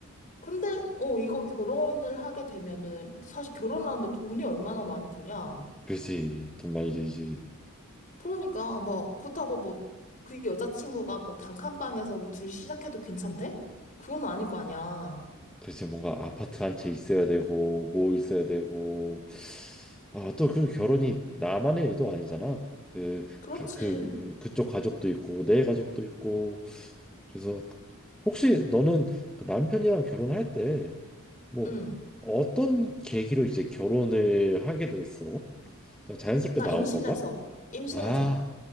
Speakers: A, on the left; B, in the centre.
A: 근데 어 이거 결혼을 하게 되면은 사실 결혼하는데 돈이 얼마나 많이 드냐?
B: 그지. 돈 많이 들지.
A: 그러니까 뭐 그렇다고 뭐 그 여자친구가 뭐 단칸방에서 뭐 둘 시작해도 괜찮대? 그건 아닐 거 아니야.
B: 글쎄 뭔가 아파트 한 채 있어야 되고 뭐 있어야 되고 아 또 그 결혼이 나만의 일도 아니잖아 그,
A: 그렇지.
B: 가- 그 그쪽 가족도 있고 내 가족도 있고 그래서 혹시 너는 그 남편이랑 결혼할 때 뭐
A: 응.
B: 어떤 계기로 이제 결혼을 하게 됐어? 그냥 자연스럽게
A: 나
B: 나온
A: 임신해서
B: 건가?
A: 임신해서
B: 아,